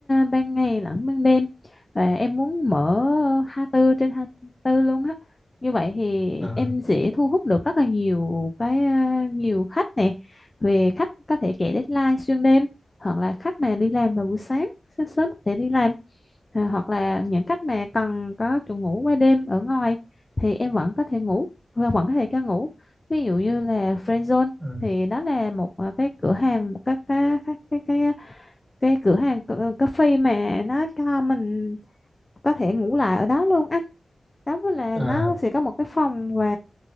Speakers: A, on the left (about 30°); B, on the right (about 30°).
A: ban ngày lẫn ban đêm và em muốn mở hai mươi Tư trên hai mươi Tư luôn á. Như vậy thì
B: à,
A: em sẽ thu hút được rất là nhiều cái à, nhiều khách nè. Về khách có thể chạy deadline xuyên đêm hoặc là khách mà đi làm vào buổi sáng, sáng sớm có thể đi làm thì hoặc là những khách mà cần có chỗ ngủ qua đêm ở ngoài thì em vẫn có thể ngủ và vẫn có thể cho ngủ ví dụ như là Friend Zone
B: à,
A: thì đó là một ờ, cái cửa hàng một cái cái cái cái cái, cái cửa hàng cà cà phê mà nó cho mình có thể ngủ lại ở đó luôn anh đó mới là
B: à.
A: nó sẽ có một cái phòng và